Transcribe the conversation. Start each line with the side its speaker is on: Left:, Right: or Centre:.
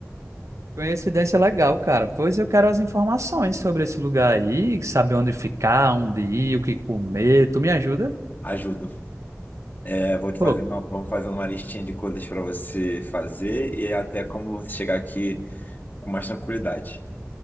Right: Coincidência legal, cara. Pois eu quero as informações sobre esse lugar aí, saber onde ficar, onde ir, o que comer. Tu me ajuda?
Left: ajuda. É, vou te
Right: Pô,
Left: fazer uma- vamos fazendo uma listinha de coisas pra você fazer e até como você chegar aqui com mais tranquilidade.